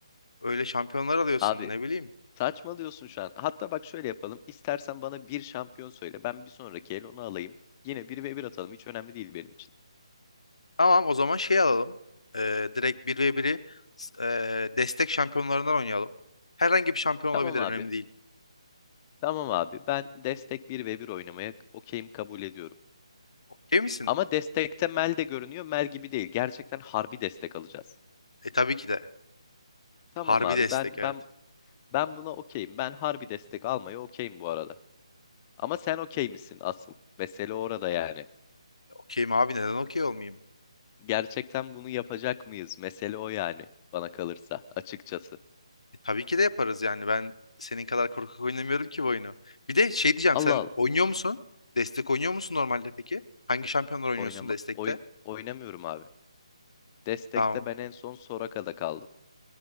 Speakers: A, on the left; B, on the left.
A: öyle şampiyonlar alıyorsun
B: Abi
A: ne bileyim.
B: Saçmalıyorsun şu an. Hatta bak şöyle yapalım. İstersen bana bir şampiyon söyle. Ben bir sonraki el onu alayım. Yine bir ve bir atalım. Hiç önemli değil benim için.
A: Tamam o zaman şey alalım. E, direkt bir ve 1i e, destek şampiyonlarından oynayalım. Herhangi bir şampiyon
B: Tamam
A: olabilir
B: abi.
A: önemli değil.
B: Tamam abi. Ben destek bir ve bir oynamaya okeyim kabul ediyorum.
A: Okey misin?
B: Ama destekte Mel de görünüyor. Mel gibi değil. Gerçekten harbi destek alacağız.
A: E tabii ki de.
B: Tamam
A: Harbi
B: abi.
A: destek
B: Ben
A: evet.
B: ben ben buna okeyim. Ben harbi destek almaya okeyim bu arada. Ama sen okey misin asıl? Mesele orada yani.
A: Okeyim abi neden okey olmayayım?
B: Gerçekten bunu yapacak mıyız? Mesele o yani bana kalırsa açıkçası.
A: E, tabii ki de yaparız yani. Ben senin kadar korkak oynamıyorum ki bu oyunu. Bir de şey diyeceğim
B: Allah
A: sen
B: Allah.
A: oynuyor musun? Destek oynuyor musun normalde peki? Hangi şampiyonlar oynuyorsun
B: Oynama,
A: destekte?
B: oyun, oynamıyorum abi. Destekte
A: Tamam.
B: ben en son Soraka'da kaldım.